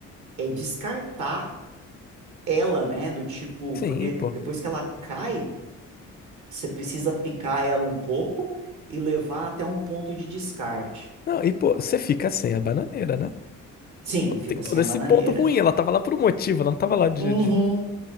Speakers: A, on the right; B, on the left.
A: é descartar ela, né? Do tipo,
B: Sim,
A: porque
B: pô.
A: depois que ela cai. Você precisa picar ela um pouco e levar até um ponto de descarte.
B: Não, e pô, você fica sem a bananeira, né?
A: Sim,
B: Pô,
A: fica
B: Tem todo
A: sem a
B: esse
A: bananeira.
B: ponto ruim, ela tava lá por um motivo, ela não tava lá de,
A: Uhum,
B: de